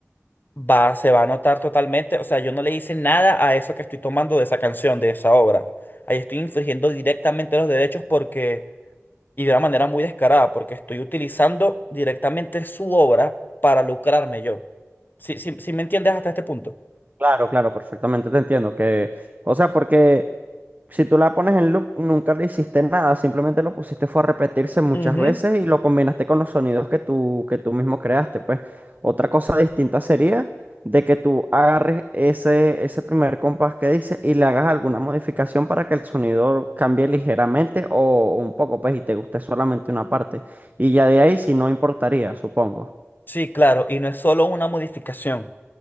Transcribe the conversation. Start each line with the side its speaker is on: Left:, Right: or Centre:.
Left: va, se va a notar totalmente. O sea, yo no le hice nada a eso que estoy tomando de esa canción, de esa obra. Ahí estoy infringiendo directamente los derechos porque, y de una manera muy descarada, porque estoy utilizando directamente su obra para lucrarme yo. Si sí, sí sí me entiendes hasta este punto?
Right: Claro, claro, perfectamente te entiendo que, o sea, porque si tú la pones en loop, nunca le hiciste nada, simplemente lo pusiste fue a repetirse muchas
Left: Ujú.
Right: veces y lo combinaste con los sonidos que tú, que tú mismo creaste, pues. Otra cosa distinta sería de que tú agarres ese, ese primer compás que dice y le hagas alguna modificación para que el sonido cambie ligeramente o un poco, pues, y te guste solamente una parte. Y ya de ahí, si no importaría, supongo,
Left: Sí, claro, y no es solo una modificación.